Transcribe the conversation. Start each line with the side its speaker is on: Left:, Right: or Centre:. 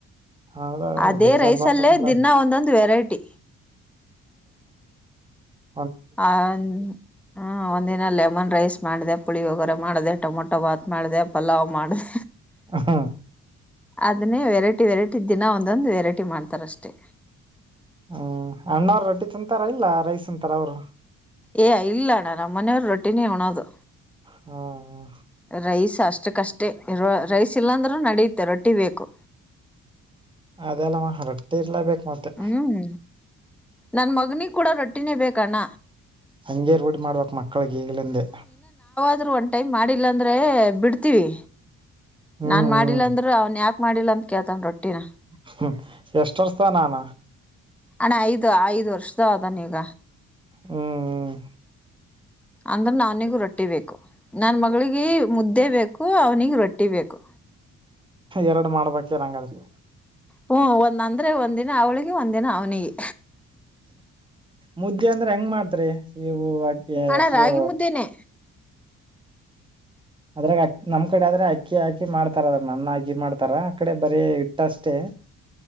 Right: ಹೌದ
Centre: ಅದೇ
Right: ಒಡೇ.
Centre: ರೈಸಲ್ಲೇ
Right: <unintelligible>
Centre: ದಿನ ಒಂದೊಂದು ವೆರೈಟಿ,
Right: ಹ.
Centre: ಆ ಹ ಒಂದಿನಲ್ಲೇ. ಸಮ್ಮನ್ ರೈಸ್ ಮಾಡಿದೆ ಪುಳಿ ವಗರ ಮಾಡಿದೆ ಟೊಮೊಟೊ ಭಾತ್ ಮಾಡಿದೆ ಪಲಾವ್ ಮಾಡಿದೆ.
Right: ಹ.
Centre: ಅದನ್ನೇ ವೆರೈಟಿ ವೆರೈಟಿ ದಿನ ಒಂದೊಂದು ವೆರೈಟಿ ಮಾಡ್ತಾರಷ್ಟೇ.
Right: ಹ್ಮ್ ಅಣ್ಣವ್ರ ರೊಟ್ಟಿ ತಿಂತಾರ ಇಲ್ಲ ರೈಸ್ ತಿಂತಾರ ಅವರು.
Centre: ಏ ಇಲ್ಲ ಅಣ್ಣ ನಮ್ಮ ಮನೆಯವ್ರು ರೊಟ್ಟಿನೇ ಉಣೋದು.
Right: ಹ್ಮ ಹ್ಮ
Centre: ರೈಸ್ ಅಷ್ಟ ಕಷ್ಟೇ ರೈಸ್ ಇಲ್ಲಾಂದ್ರೂ ನಡೆಯುತ್ತೆ ರೊಟ್ಟಿ ಬೇಕು.
Right: ಅದೆಲ್ಲ ರೊಟ್ಟಿ ಇರ್ಲೇಬೇಕು ಮತ್ತೆ.
Centre: ಹ್ಮ್ ನನ್ ಮಗನಿಗೆ ಕೂಡ ರೊಟ್ಟಿನೇ ಬೇಕಣ್ಣ
Right: ಹಂಗೇ ರೂಡಿ ಮಾಡ್ಬಕ್ ಮಕ್ಳಗ್ ಈಗ್ಲೆಂದೆ
Centre: ಒ ಟೈಮ್ ಮಾಡಿಲ್ಲ ಅಂದ್ರೆ ಬಿಡ್ತೀವಿ
Right: ಹ್ಮ್
Centre: ನಾನ್ ಮಾಡಿಲ್ಲ ಅಂದ್ರೆ ಅವ ಯಾಕ ಮಾಡಿಲ್ಲ ಅಂತ ಕೇಳ್ತಾನ ರೊಟ್ಟಿನ
Right: ಹ್ಮ ಎಷ್ಟ ವರ್ಸತ ನಾನ
Centre: ಅಣ್ಣ ಐದ್ ಐದ್ ವರ್ಷದ ಅದಾನೀಗ
Right: ಹ್ಮ್ ಹ್ಮ್
Centre: ಅಂದ್ರ ನಾನಿಗೂ ರೊಟ್ಟಿ ಬೇಕು ನನ್ ಮಗಳಿಗೆ ಮುದ್ದೆ ಬೇಕು. ಹೂ ಅವ್ನಿಗೆ ರೊಟ್ಟಿ ಬೇಕು.
Right: ಎರಡು ಮಾಡ್ಬೇಕೆನ್ ಹಂಗದ್ರಿ.
Centre: ಹ್ಮ ಒಂದ್ ಅಂದ್ರೆ ಒಂದ್ ದಿನ ಅವ್ಳಿಗೆ ಒಂದ ದಿನ ಅವ್ನಿಗೆ.
Right: ಮುದ್ದೆ ಅಂದ್ರೆ ಹೆಂಗ ಮಾಡ್ತ್ರಿ ನೀವು ಇವುೆ
Centre: ಅಣ್ಣ
Right: ಹೆಸರು
Centre: ರಾಗಿ ಮುದ್ದೇನೆ
Right: ಅದ್ರಾಗ ಅ ನಮ್ ಕಡೆ ಆದ್ರೆ ಅಕ್ಕಿ ಹಾಕಿ ಮಾಡ್ತಾರ ಅದ್ರ ನನ್ನ ಅಕಿ ಮಾಡ್ತಾರ ಆ ಕಡೆ ಬರೀ ಹಿಟ್ಟಷ್ಟೇ. ಹ <inaudible>